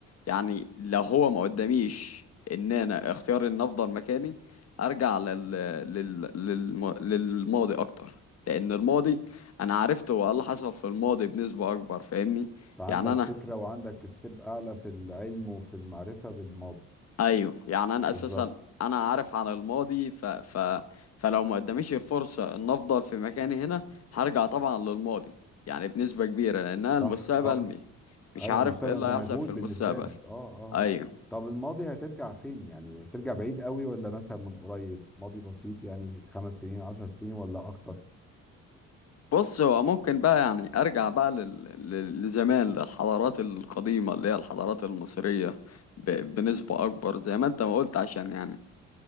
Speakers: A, on the left; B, in the centre.
A: يعني لو هو ما قداميش ان انا اختيار ان افضل مكاني ارجع لل... لل... للم... للماضي اكتر لان الماضي انا عرفت هو إيه اللي حصل في الماضي بنسبة اكبر فاهمني
B: فعندك
A: يعني انا
B: فكرة وعندك ستيب اعلى في العلم وفي المعرفة بالماضي
A: ايوه يعني انا
B: بالظبط
A: اساسا انا عارف عن الماضي ف... ف... فلو ما قداميش الفرصه ان افضل في مكاني هنا هرجع طبعا للماضي يعني بنسبه كبيره لانها
B: صح
A: المستقبل
B: صح
A: م- مش
B: ايوه
A: عارف
B: المستقبل
A: ايه اللي
B: انت
A: هيحصل
B: مجهول
A: في المستقبل
B: بالنسبه لك اه اه
A: ايوه
B: طب الماضي هترجع فين يعني هترجع بعيد قوي ولا مثلا من قريب ماضي بسيط يعني خمس سنين عشر سنين ولا اكتر
A: بص هو ممكن بقى يعني ارجع بقى لل... لل- لزمان للحضارات القديمه اللي هي الحضارات المصريه ب... بنسبه اكبر زي ما انت ما قلت عشان يعني